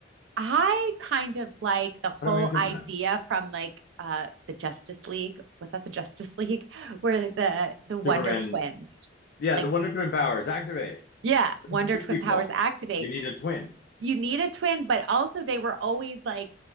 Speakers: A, on the right; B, on the left.
A: I kind of like the whole
B: what am I going to
A: idea
B: do with that?
A: from like uh the Justice League. Was that the Justice <laughs> League? Where the the Wonder
B: Superman.
A: Twins.
B: Yeah,
A: Like
B: the Wonder Twin powers activate.
A: yeah, Wonder
B: Two
A: Twin
B: people.
A: powers activate.
B: You need a twin.
A: You need a twin, but also they were always like